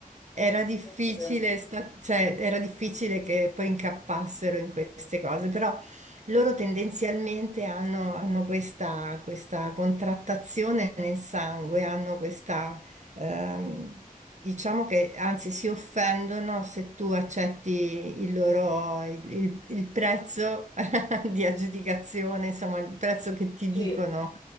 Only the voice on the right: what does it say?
Era difficile,
sta- cioè, era difficile che poi incappassero in queste cose, però loro tendenzialmente hanno, hanno questa, questa contrattazione nel sangue, hanno questa, ehm, diciamo che anzi si offendono se tu accetti il loro, il, il- il prezzo <laughs> di aggiudicazione, insomma, il prezzo che ti
dicono,